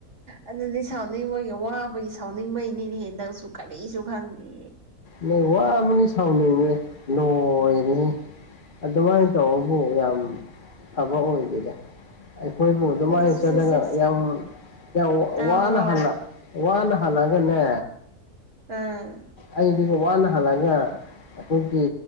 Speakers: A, on the right (about 50°); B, on the left (about 35°).
A: ꯑꯗꯨꯗꯤ ꯁꯥꯎꯅꯤꯡꯕꯒꯤ ꯋꯥꯕꯒꯤ ꯁꯥꯎꯅꯤꯡꯕꯩꯅꯤꯅꯦ ꯍꯦ ꯅꯪꯁꯨ ꯀꯔꯤꯁꯨ ꯈꯪꯗꯦ꯫
B: ꯃꯤ ꯋꯥꯕꯥꯒꯤ ꯁꯥꯎꯅꯤꯡꯕꯩ ꯂꯣꯏꯔꯦꯍꯦ꯫ ꯑꯗꯨꯃꯥꯏꯅ ꯇꯧꯕꯕꯨ ꯌꯥꯝ ꯐꯕ ꯑꯣꯏꯗꯦꯗ꯫ ꯑꯩꯈꯣꯏꯕꯨ ꯑꯗꯨꯃꯥꯏꯅ
A: ꯁꯦꯁ ꯁꯦꯁ
B: ꯆꯠꯂꯒ
A: ꯁꯦꯁ
B: ꯌꯥꯝ ꯌꯥꯝ
A: ꯇꯥꯕ꯭ꯔꯣ
B: ꯋꯥꯅ ꯍꯜꯂꯛ ꯋꯥꯅ ꯍꯜꯂꯛꯒꯅꯦ
A: ꯑꯥ
B: ꯑꯩꯗꯤ ꯋꯥꯅ ꯍꯜꯂꯒ ꯑꯩꯈꯣꯏꯒꯤ